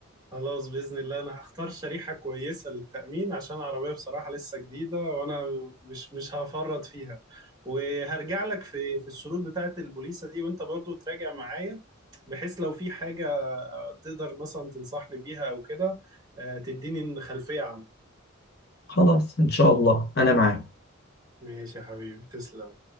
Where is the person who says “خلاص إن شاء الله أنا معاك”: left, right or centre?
Left